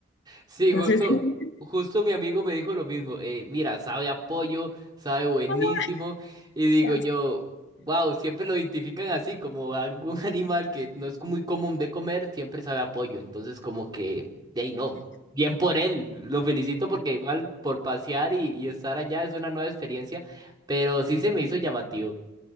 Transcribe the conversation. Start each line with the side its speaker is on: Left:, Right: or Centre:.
Right: Sí, justo,
Left: Entonces, <laughs> sí.
Right: justo mi amigo me dijo lo mismo. eh, mira, sabe a pollo, sabe buenísimo.
Left: "Ah,
Right: Y digo
Left: qué asco".
Right: yo, wow, siempre lo identifican así, como algún <laughs> animal que no es muy común de comer, siempre sabe a pollo. Entonces, como que, de ahí no. Bien por él, lo felicito porque igual por pasear y, y estar allá es una nueva experiencia, pero sí se me hizo llamativo.